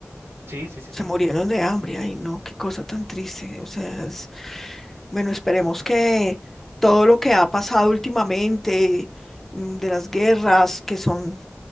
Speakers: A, on the right; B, in the centre.
A: Sí, sí, sí,
B: Se
A: sí.
B: murieron de hambre. Ay, no, qué cosa tan triste. O sea, es- bueno, esperemos que todo lo que ha pasado últimamente, mm, de las guerras, que son